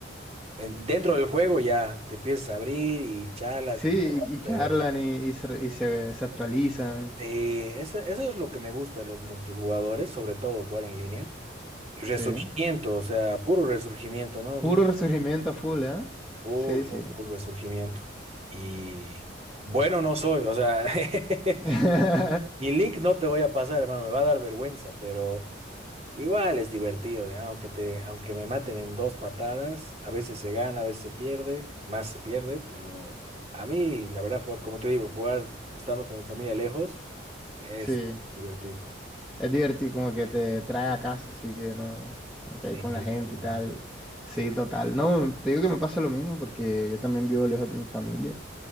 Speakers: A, on the right; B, in the centre.
A: en- dentro del juego ya te empiezas a abrir y charlas
B: sí,
A: y juegas,
B: y y charlan
A: pero
B: y, y se, y se- se actualizan.
A: sí, eso, eso es lo que me gusta de los multijugadores, sobre todo jugar en línea. Resurgimiento,
B: Sí.
A: o sea, puro resurgimiento, ¿no?
B: Puro
A: No,
B: resurgimiento a full, ¿eh?
A: full,
B: Sí,
A: full,
B: sí.
A: full resurgimiento. Y bueno, no soy, o sea, <laughs>
B: <laughs>
A: mi link no te voy a pasar, hermano, me va a dar vergüenza, pero igual es divertido, ¿ya? Aunque te, aunque me maten en dos patadas, a veces se gana, a veces se pierde, más se pierde, pero a mí, la verdad, jugar, como te digo, jugar estando con mi familia lejos es
B: Sí.
A: divertido.
B: Es divertido, como que te trae a casa, así que no, como que ahí
A: Sí,
B: con la gente
A: tal cual.
B: y tal. Sí, total. No, te digo que me pasa lo mismo porque yo también vivo lejos de mi familia.